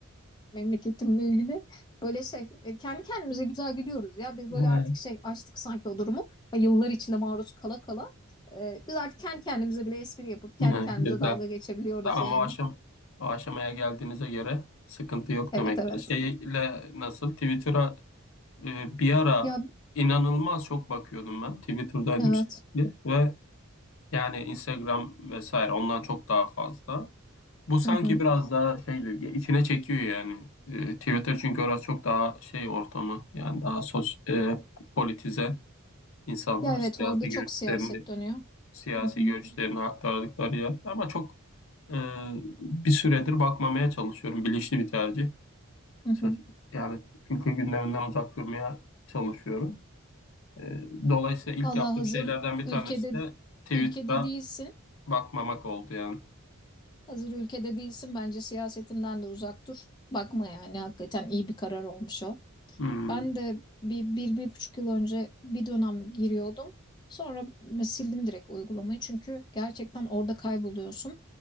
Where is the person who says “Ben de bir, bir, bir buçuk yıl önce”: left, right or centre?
Left